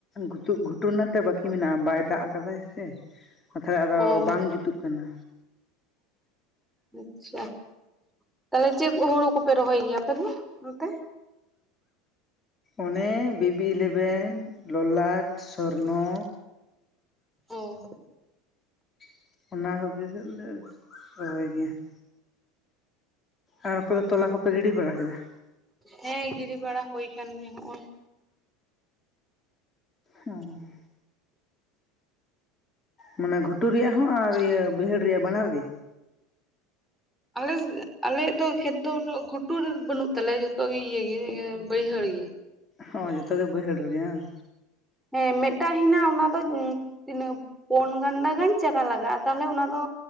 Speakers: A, on the left (about 25°); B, in the centre.
A: ᱜᱷᱩᱪᱩᱜ, ᱜᱷᱩᱴᱩ ᱨᱮᱱᱟᱜ ᱛᱮ ᱵᱟᱠᱤ ᱢᱮᱱᱟᱜᱼᱟ ᱵᱟᱭ ᱫᱟᱜ ᱠᱟᱫᱟᱭ ᱥᱮ᱾ ᱠᱟᱛᱷᱟᱭ ᱟᱫᱚ
B: ᱚ
A: ᱵᱟᱝ ᱡᱩᱛᱩᱜ ᱠᱟᱱᱟ
B: ᱟᱪᱪᱷᱟ ᱛᱟᱦᱟᱞᱮ ᱪᱮᱜ ᱦᱩᱲᱩ ᱠᱚᱯᱮ ᱨᱚᱦᱚᱭ ᱜᱤᱭᱟᱯᱮ ᱫᱚ ᱚᱱᱛᱮ
A: ᱚᱱᱮ ᱵᱤᱵᱤ ᱤᱞᱮᱵᱷᱮᱱ ᱞᱚᱞᱟᱴ ᱥᱚᱨᱱᱚ
B: ᱦᱩᱸ
A: <unintelligible> ᱟᱨ ᱟᱯᱮᱫᱚ ᱛᱚᱞᱟ ᱠᱚᱯᱮ ᱜᱤᱰᱤ ᱵᱟᱲᱟ ᱠᱮᱫᱟ?
B: ᱦᱮᱸ ᱜᱤᱨᱤ ᱵᱟᱲᱟ ᱦᱳᱭ ᱠᱟᱱ ᱜᱮᱭᱟ ᱦᱚᱜᱼᱚᱭ᱾
A: ᱦᱚᱸ ᱢᱟᱱᱮ ᱜᱷᱩᱴᱩ ᱨᱤᱭᱟᱜ ᱦᱚᱸ, ᱟᱨ ᱤᱭᱟᱹ ᱵᱟᱹᱭᱦᱟᱹᱲ ᱨᱮᱭᱟᱜ ᱵᱟᱱᱟᱨ ᱜᱮ?
B: ᱟᱞᱮᱥ ᱟᱞᱮᱭᱟᱜ ᱫᱚ ᱠᱷᱮᱛ ᱫᱚ ᱩᱱᱟᱹᱜ ᱜᱷᱩᱴᱩ ᱨᱮᱫᱚ ᱵᱟᱹᱱᱩᱜ ᱛᱟᱞᱮᱭᱟ᱾ ᱡᱷᱚᱛᱚ ᱜᱮ ᱤᱭᱟᱹ ᱵᱟᱹᱭᱦᱟᱹᱲ ᱜᱮ
A: ᱦᱚᱭ ᱡᱚᱛᱚᱜᱮ ᱵᱟᱹᱭᱦᱟᱹᱲ ᱨᱮᱜᱮ ᱵᱟᱝ?
B: ᱦᱮᱸ ᱢᱮᱜᱴᱟᱝ ᱦᱮᱱᱟᱜ ᱚᱱᱟ ᱫᱚ ᱛᱤᱱᱟᱹᱜ ᱯᱳᱱ ᱜᱟᱱᱰᱟ ᱜᱟᱱ ᱪᱟᱨᱟ ᱞᱟᱜᱟᱜᱼᱟ᱾ ᱛᱟᱦᱟᱞᱮ ᱚᱱᱟ ᱫᱚ